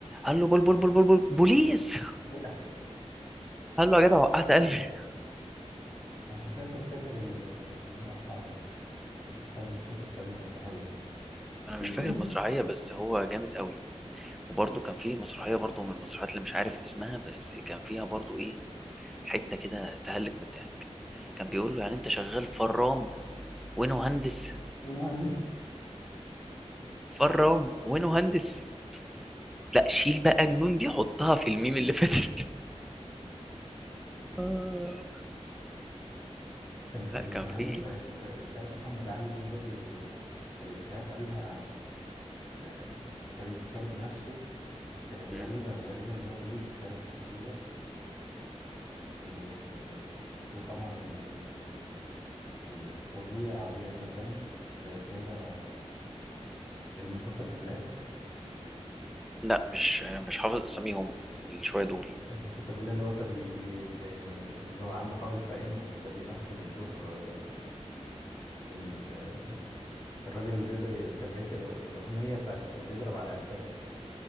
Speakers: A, in the centre; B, on the left.
A: قال له بول بول بول بول بول بوليس
B: <laughs>
A: قال له يا جدع وقعت قلبي
B: انا فاكر فاكر ال- ال- المقطع ده بس فعلا مش فاكر في انهي مسرحيه
A: انا مش
B: <coughs>
A: فاكر المسرحيه بس هو جامد قوي وبرضه كان فيه مسرحيه برضه من المسرحيات اللي مش عارف اسمها بس كان فيها برضه ايه حته كده تهلك من الضحك كان بيقول له يعني انت شغال فرام وانا مهندس
B: والمهندس
A: فرام وانا مهندس لا شيل بقى النون دي حطها في الميم اللي فاتت <laughs> آه.
B: كانت <laughs> في
A: لا
B: المسرحيه
A: كان فيه
B: بتاعت شارع محمد علي دي برضو افيهات قالها آه، فريد شوقي نفسه كانت
A: مم.
B: غريبة غريبة إن هو يقول إفيهات بالشكل ده و... وطبعا ال... ال... ال- الفظيع ضياء المرغني آه، اسمه إيه ده المنتصر بالله
A: لا مش مش حافظ اساميهم شويه دول
B: المنتصر بالله اللي هو كان بي... بي... ده يعني اللي هو عنده حوالي في عينه اللي كان بيمثل دور آه، ال... آه، الراجل اللي, بيض... اللي كان بيحكي الأغ- الأغنية بتاعت بيضرب على قفاه